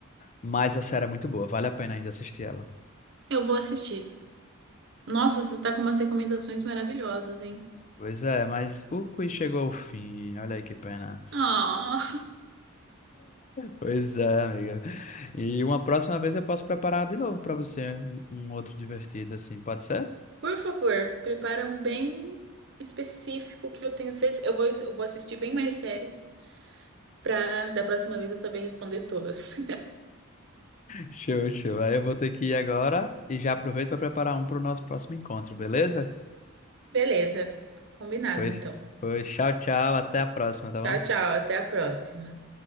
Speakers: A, on the left; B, on the right.
A: Mas a série é muito boa, vale a pena ainda assistir ela.
B: Eu vou assistir. Nossa, você está com umas recomendações maravilhosas, hein?
A: Pois é, mas o quiz chegou ao fim. Olha aí que pena.
B: Ah,
A: Pois é, amiga. E uma próxima vez eu posso preparar de novo para você um, um outro divertido, assim, pode ser?
B: por favor, prepara um bem específico que eu tenho certeza. Eu vou, eu vou assistir bem mais séries para da próxima vez eu saber responder todas.
A: Show, show. Aí eu vou ter que ir agora e já aproveito para preparar um para o nosso próximo encontro, beleza?
B: <laughs> Beleza, combinado
A: Foi,
B: então.
A: foi. Tchau, tchau. Até a próxima, tá
B: Tchau,
A: bom?
B: tchau, até a próxima.